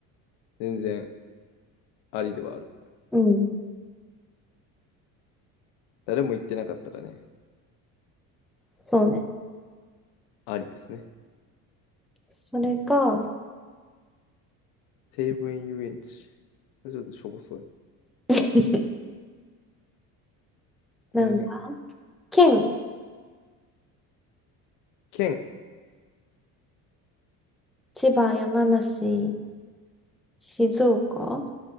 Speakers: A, on the left (about 85°); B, in the centre.
A: 全然ありではある。
B: う。うん。
A: 誰も行ってなかったらね、
B: そうね。
A: ありですね。
B: それが、
A: 西武園遊園地。これちょっとしょぼそうや。
B: <laughs>
A: この辺。
B: なんだ。県、
A: 県。
B: 千葉、山梨、静岡